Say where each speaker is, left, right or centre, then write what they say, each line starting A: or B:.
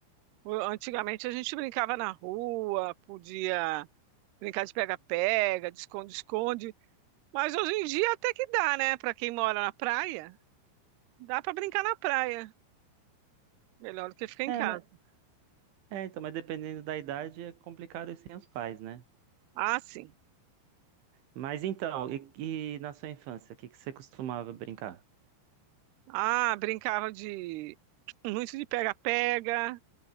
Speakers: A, on the right; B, on the right.
A: o- antigamente a gente brincava na rua, podia brincar de pega-pega, de esconde-esconde, mas hoje em dia até que dá, né? Para quem mora na praia, dá para brincar na praia, melhor do que ficar em
B: É,
A: casa.
B: mas... é, então, mas dependendo da idade é complicado sem os pais, né?
A: Ah, sim.
B: Mas então, e, e na sua infância, o que que você costumava brincar?
A: Ah, brincava de muito de pega-pega,